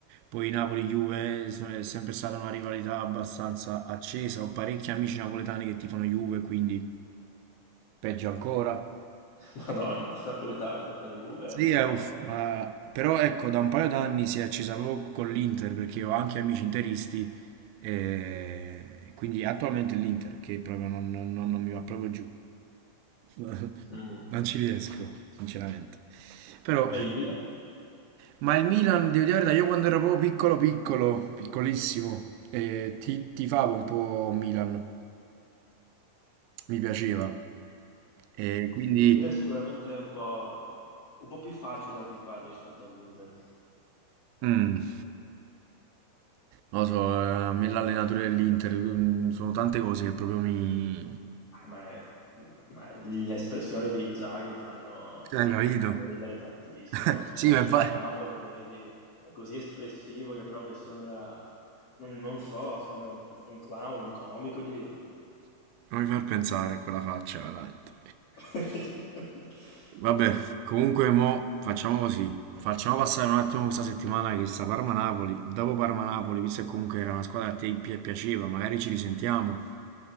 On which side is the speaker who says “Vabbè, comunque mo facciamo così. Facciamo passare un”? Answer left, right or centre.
Right